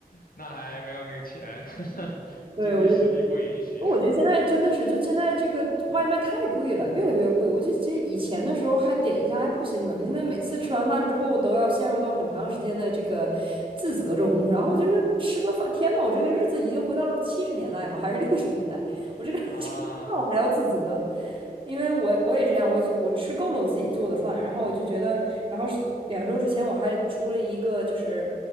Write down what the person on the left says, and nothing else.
那还没有那个钱，<laughs>
经济实力不允许
啊